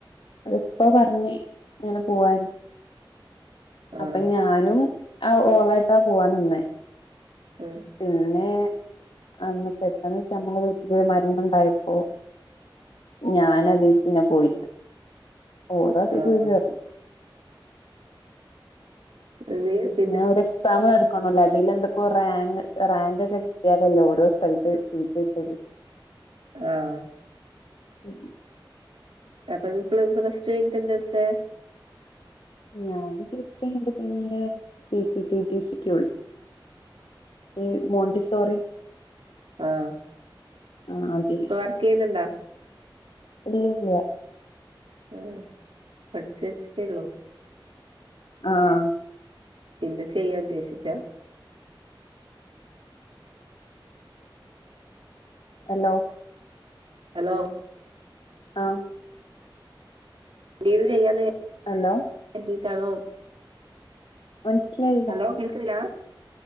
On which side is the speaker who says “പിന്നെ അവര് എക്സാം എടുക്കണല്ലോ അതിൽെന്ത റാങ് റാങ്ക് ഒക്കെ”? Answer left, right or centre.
Left